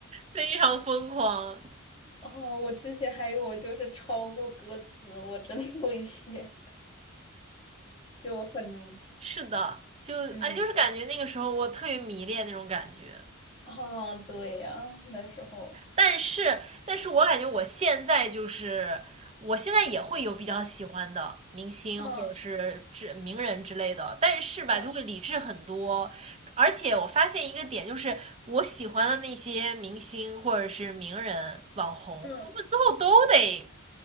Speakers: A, on the right (about 30°); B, on the left (about 25°).
A: 非常疯狂。
B: 哦，我之前还有就是抄过歌词，我真的会写，就很
A: 是的，就哎，
B: 嗯
A: 就是感觉那个时候我特别迷恋那种感觉。
B: 啊，对呀，那时候，
A: 但是，但是我感觉我现在就是，我现在也会有比较喜欢的明星或者是之名人之类的，
B: 嗯
A: 但是吧，
B: 嗯
A: 就会理智很多。而且我发现一个点，就是我喜欢的那些明星或者是名人、网红，
B: 嗯，
A: 他们最后都得